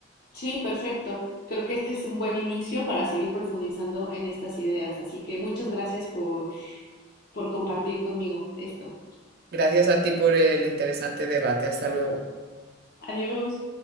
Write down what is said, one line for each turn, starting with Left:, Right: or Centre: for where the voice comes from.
Left: Sí, perfecto. Creo que este es un buen inicio para seguir profundizando en estas ideas. Así que muchas gracias por, por compartir conmigo esto.
Right: Gracias a ti por el interesante debate. Hasta luego.
Left: Adiós.